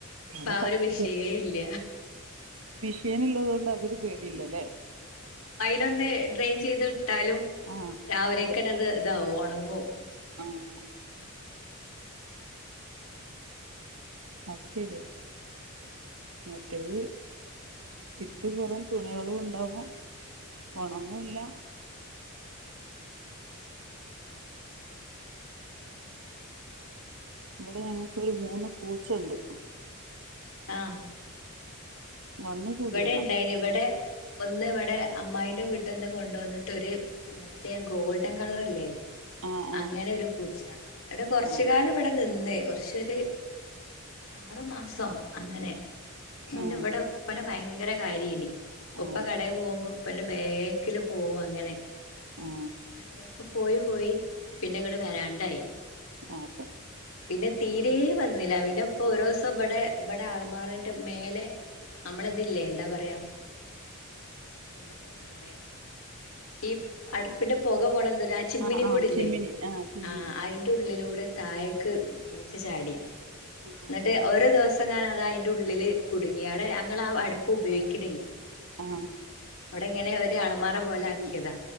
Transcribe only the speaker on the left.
ഇപ്പ
ആ
ഒര് വിഷയെ ഇല്ല
ലൊന്ന് ഡ്രെയിൻ ചെയ്ത് ട്ടാലും
രാവിലെക്കെന്നെ
അത് ഇതാവും ഒണങ്ങും
ഉം
ഉം
ആ
ഇവടെ ഇണ്ടായിനി ഇവടെ ഒന്ന് ഇവടെ അമ്മായിന്റെ വീട്ട്ന്ന് കൊണ്ടോന്ന്ട്ട് ഒര് മറ്റേ ഗോൾഡൻ കളർ ഇല്ലേ
അങ്ങനെ ഒര് പൂച്ച ഇടെ കൊർച്ച്
കാലം ഇവടെ നിന്ന് കൊർച്ചൊര് ആറു മാസോ അങ്ങനെ പിന്നെ
ഇവടെ ഭയങ്കര കാര്യ ഐയ്നി
ഉപ്പ കടെ പോവ്മ്പോ അപ്പന്റെ ബേക്കില് പോവുംും അങ്ങനെ
ഒരുസം പോയി പോയി പിന്നെ ഇങ്ങോട് വരാണ്ടായി
പിന്നെ തീരെ
വന്നില്ല പിന്നെ ഇപ്പൊ ഒരു ദിവസം ഇവിടെ ഇവിടെ ആൾമാറിന്റെ മേലെ നമ്മള ഇതില്ലേ എന്താ പറയാ എന്താപ്പ പറയാം ഈ അടുപ്പിന്റെ പുക പോണ എന്ത അ ചിമ്മിനി
കൂടല്ലേ
ആ് അതിന്റെ ഉള്ളിലൂടെ നടെ തായക്ക് പൂച്ച ചാടി
എന്നിട്ട് ഒരുോ ദിവസം ങ്ങൻ അത് അതിറെ ഉള്ളിൽ കുടുങ്ങിയാണ് അപ്പ ഉപയോഗിക്ക
ഇങ്ങനെ ഒരു അളമാറ പോലെ
ആക്കിയതാ